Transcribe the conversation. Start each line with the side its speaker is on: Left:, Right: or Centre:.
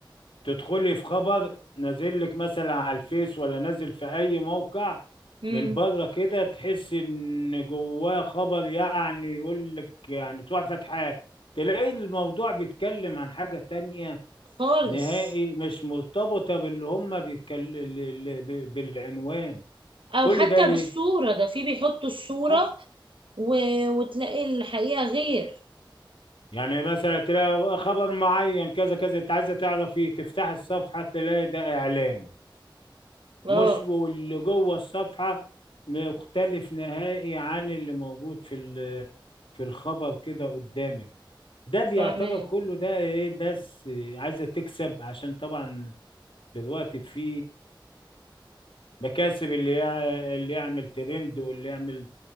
Left: تدخلي في خبر نازل لك مثلا على الفيس ولا نازل في اي موقع
Right: مم.
Left: من بره كده تحس ان جواه خبر يعني يقول لك يعني تروح فتحة تلاقي الموضوع بيتكلم عن حاجة تانية
Right: خالص
Left: نهائي مش مرتبطة باللي هم بيتكلم بالعنوان
Right: او
Left: كل
Right: حتى
Left: ده ليه؟
Right: بالصورة ده في بيحطوا الصورة
Left: آه،
Right: و... وتلاقي الحقيقة غير
Left: يعني مثلا تلاقي خبر معين كذا كذا انت عايزة تعرف ايه تفتح الصفحة تلاقي ده اعلان
Right: اه
Left: مش واللي جوه الصفحة مختلف نهائي عن اللي موجود في ال- في الخبر كده قدامك ده بيعتبر
Right: فاهماه
Left: كله ده ايه ناس عايزة تكسب عشان طبعا دلوقتي في مكاسب اللي يع- اللي يعمل ترند واللي يعمل